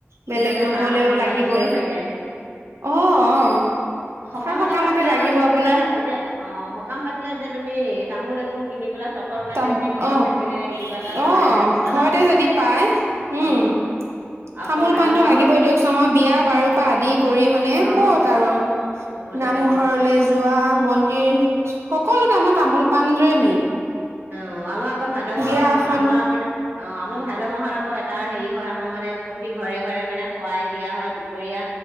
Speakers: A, on the right; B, on the right.
A: বেলেগ
B: কিবা এটা
A: নহলেও
B: সাৰ সকাম
A: লাগিবই।
B: পাতিলেও লাগে
A: অ', অ',
B: সকাম
A: খা সকামতে
B: এটা পাতিলে
A: লাগিব
B: তামোল
A: আপোনাৰ
B: কেইটা এতিয়া অ সকাম পাতিলে এতিয়া। তুমি, তামোল এপোন কিনি পেলাই। ছশ টকা
A: তাম
B: দিয়াতকে ঘৰত
A: আহ
B: থাকিলে কিবা এটা তোমাৰ
A: আহ
B: ৰেহাই পাবা
A: ঘৰতে
B: ন
A: যদি পায় উম,
B: অ আকৌ
A: চামোল
B: ভাদ
A: পাণটো
B: মাহত
A: লাগিবই দিয়কচোন আমাৰ বিয়া বাৰ পৰা আদি কৰি শুনে
B: অ
A: ক'ত আৰু।
B: চবতে
A: নামঘৰলে
B: লাগে
A: যোৱা মন্দিৰ হক সকলোতে আমাৰ তামোল পাণযোৰেই মেইন।
B: অ আমাক আকৌ ভাদ মাহত
A: বিয়া এখন
B: আমাৰ আমাৰ অ আমাৰ ভাদ মাহত আকৌ। এটা হেৰি হয় আমাৰ মানে প্ৰতি ঘৰে ঘৰে মানে সয়াই দিয়া হয় দুপৰীয়া